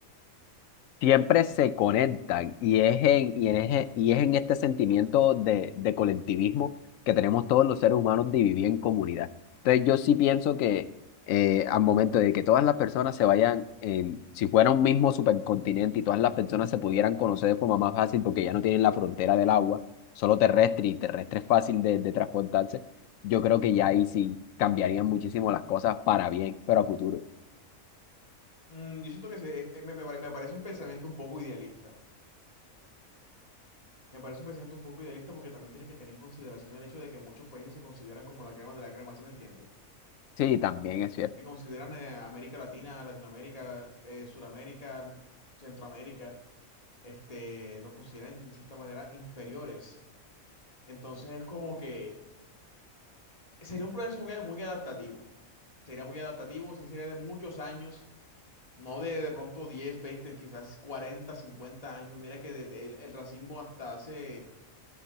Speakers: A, on the left; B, on the left.
A: siempre se conectan y es en, y en, eje- y es en este sentimiento de, de colectivismo que tenemos todos los seres humanos de vivir en comunidad. Entonces yo sí pienso que eh, al momento de que todas las personas se vayan, en, si fuera un mismo supercontinente y todas las personas se pudieran conocer de forma más fácil porque ya no tienen la frontera del agua, solo terrestre y terrestre es fácil de, de transportarse, yo creo que ya ahí sí cambiarían muchísimo las cosas para bien, pero a futuro.
B: Mm, yo siento que sí, eh, eh, me me pare- me parece un pensamiento un poco idealista. Me parece un pensamiento un poco idealista porque también tienes que tener en consideración el hecho de que muchos países se consideran como la crema de la crema, ¿sí me entiendes?
A: Sí, también es cierto.
B: Que consideran eh, América Latina, Latinoamérica, eh, Suramérica, Centroamérica, este, los consideran de cierta manera inferiores. Entonces es como que sería un proceso muy, a- muy adaptativo. Sería muy adaptativo, sí sería de muchos años, no de de pronto 10 20 quizás 40 50 años. Mira que desde el, el racismo hasta hace,